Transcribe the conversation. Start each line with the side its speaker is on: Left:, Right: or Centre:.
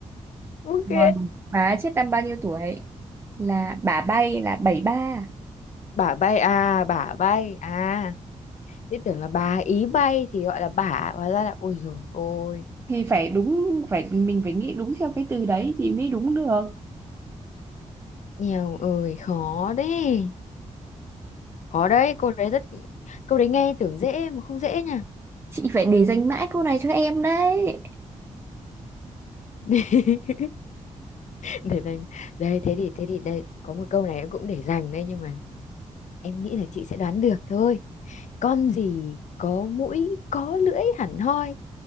Left: ok
Right: còn bà ấy chết năm bao nhiêu tuổi là bà bay là bảy ba
Left: bả bay à bả bay à thế tưởng là bà ý bay thì gọi là bả hóa ra là ôi rồi ôi
Right: thì phải đúng phải mình phải nghĩ đúng theo cái từ đấy thì mới đúng được
Left: nghèo ơi khó đấy khó đấy cô đấy rất câu đấy nghe tưởng dễ mà không dễ nha
Right: chị phải để dành mãi câu này cho em đấy
Left: <laughs> để dành đây thế thì thế thì đây có một câu này em cũng để dành đây nhưng mà em nghĩ là chị sẽ đoán được thôi con gì có mũi có lưỡi hẳn hoi